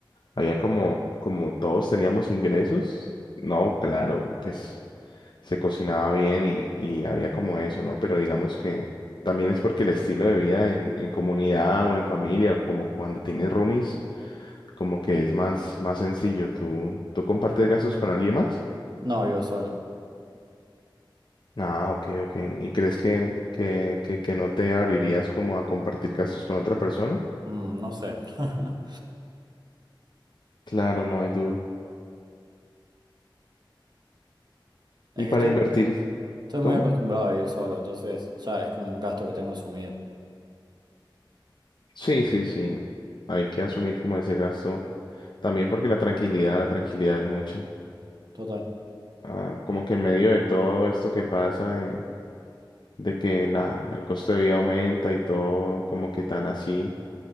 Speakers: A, on the left (about 60°); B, on the right (about 55°).
A: Había como, como todos teníamos ingresos, no, claro, pues se cocinaba bien y, y había como eso, ¿no? Pero digamos que también es porque el estilo de vida en, en comunidad o en familia, o como cuando tienes roomies, como que es más, más sencillo. ¿Tú, tú compartes gastos con alguien más?
B: No vivo solo.
A: Ah, ok, ok. ¿Y crees que, que, que, que no te abrirías como a compartir gastos con otra persona?
B: Mm, no sé. <laughs>
A: Claro, no es duro.
B: Es
A: ¿Y
B: que
A: para
B: estoy,
A: invertir?
B: estoy muy
A: ¿Cómo?
B: acostumbrado a vivir solo, entonces ya es como un gasto que tengo asumido.
A: Sí, sí, sí. Hay que asumir como ese gasto. También porque la tranquilidad, la tranquilidad es mucho.
B: Total.
A: Ah, como que en medio de todo esto que pasa, de, de que la, el costo de vida aumenta y todo como que tan así,